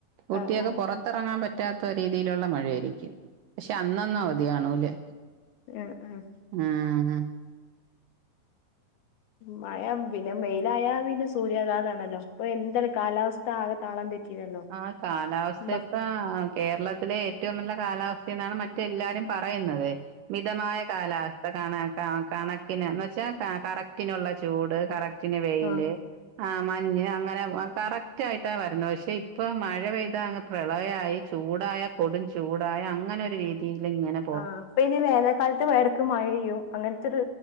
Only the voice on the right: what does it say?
കുട്ടിയേക്ക്
പുറത്തിറങ്ങാൻ
പറ്റാത്ത രീതിയിലുള്ള മഴ ആയിരിക്കും പക്ഷെ അന്നന്നവ വധി കാണൂലെ
ആ ന
അഹ് കാലാവസ്ഥേ
ആ കേരളത്തിലെ ഏറ്റവും നല്ല കാലാവസ്ഥ എന്നാണ് മറ്റെ എല്ലാരും പറയുന്നത്. മിതമായ കാലാവസ്ഥ കണ കണക്കിന് എന്ന് വെച്ചാ കറക്റ്റിനുള്ള ചൂട് കറക് ക്റ്റിന് വെയില്
ആ മഞ്ഞ് അങ്ങനെ കറക്റ്റ് ആയിട്ടാ വരുന്നെ പക്ഷെ. ഇപ്പൊ മഴ പെയ്താ ആകെ പ്രളയായി ചൂടായ കൊടും ചൂടായ അങ്ങനെ ഒരു രീതിയിലിങ്ങനെ.